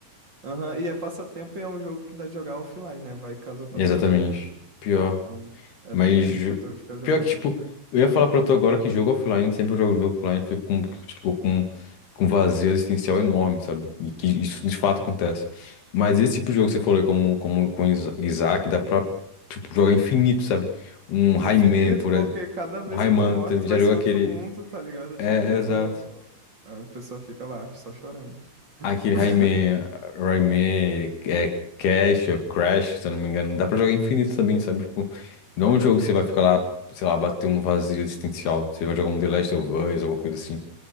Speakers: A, on the right (about 30°); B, on the left (about 80°).
A: aham, e é passatempo e é um jogo que dá de jogar offline, né? Vai caso aconteça
B: Exatamente.
A: alguma coisa.
B: Pior.
A: É um, é
B: Mas
A: perfeito pra tu ficar jogando
B: pior que, tipo,
A: assim.
B: eu ia falar pra tu agora que jogo offline, sempre que eu jogo jogo offline, eu fico com, tipo, com, com vazio existencial enorme, sabe? E que isso de fato acontece. Mas esse tipo de jogo que você falou, aí, como, como com Isa- Isaac, dá pra, tipo, jogar infinito, sabe? Um
A: Infinito,
B: Rayman, por
A: porque
B: exemplo.
A: cada vez
B: Um Rayman
A: que tu morre,
B: também,
A: tu
B: já
A: vai
B: jogou
A: ser
B: aquele.
A: outro mundo, tá ligado?
B: É,
A: Tipo, outro.
B: é, exato.
A: A pessoa fica lá, só chorando.
B: Aquele
A: <laughs>
B: Rayman, Rayman, é Cash, é Crash, se eu não me engano. Dá pra jogar infinito também, sabe? Tipo, não é um jogo que você vai ficar lá, sei lá, bater um vazio existencial. Você vai jogar um The Last of Us, alguma coisa assim.